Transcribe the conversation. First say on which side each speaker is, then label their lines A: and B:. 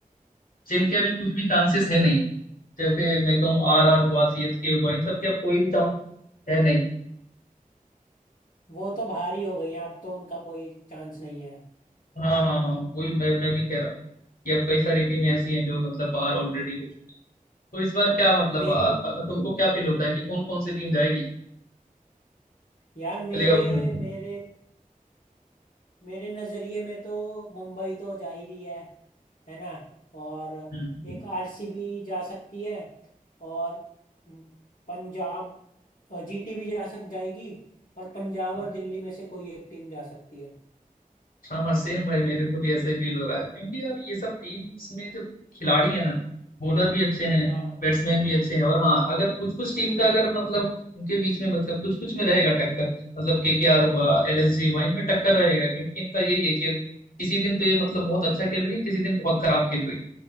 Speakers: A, on the left (about 80°); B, on the left (about 65°).
A: जिनके अभी कुछ भी चांसेस है नहीं जैसे मैं कहूँ आर आर हुआ सी एस के हुआ इन सब के अब कोई भी चांस है नहीं
B: वो तो भारी हो गई है अब तो उनका कोई चांस नहीं है
A: हाँ हाँ हाँ वही मैं मैं भी कह रहा हूँ कि अब कई सारी टीमें ऐसी हैं जो मतलब बाहर ऑलरेडी हो चुकी। तो इस बार क्या मतलब
B: लेकिन
A: आ, आ, तुमको क्या फील होता है कि कौन कौन सी टीम जाएगी
B: यार मेरे
A: प्लेऑफ में
B: मेरे मेरे नज़रिए में तो मुंबई तो जा ही रही है है ना और
A: हम्म
B: एक आरसीबी जा सकती है और हम्म, पंजाब जीटी भी जा सक जाएगी और पंजाब
A: अच्छा
B: और दिल्ली में से कोई एक टीम जा सकती है
A: हाँ सेम भाई मेरे को भी ऐसा ही फील हो रहा है क्योंकि यार ये सब टीम्स में जो खिलाड़ी है ना बॉलर भी अच्छे हैं
B: हाँ
A: बैट्समैन भी अच्छे हैं और हाँ अगर कुछ कुछ टीम का अगर मतलब उनके बीच में मतलब कुछ कुछ में रहेगा टक्कर मतलब केकेआर हुआ एलएसजी हुआ इनमें टक्कर रहेगा क्योंकि इनका यही है कि किसी दिन तो ये मतलब बहुत अच्छा खेल रही है किसी दिन बहुत खराब खेल रही है